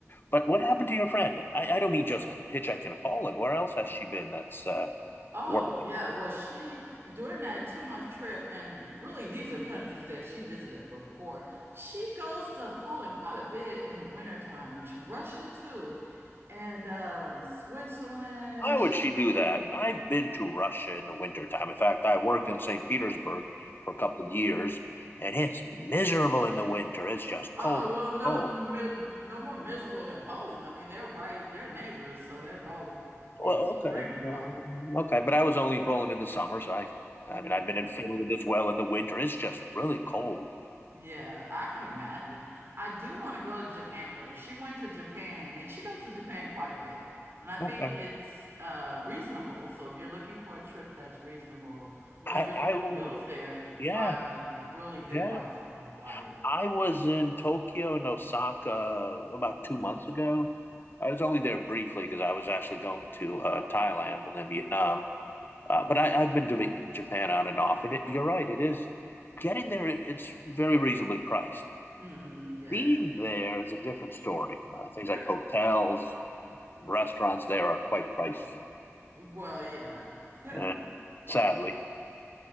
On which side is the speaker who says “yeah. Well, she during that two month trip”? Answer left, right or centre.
Right